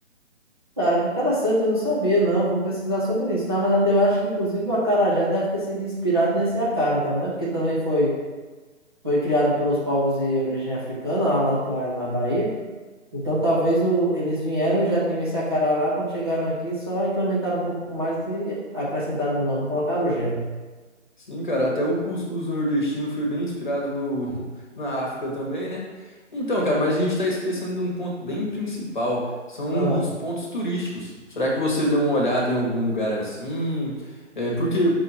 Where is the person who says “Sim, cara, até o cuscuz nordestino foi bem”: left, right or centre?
Left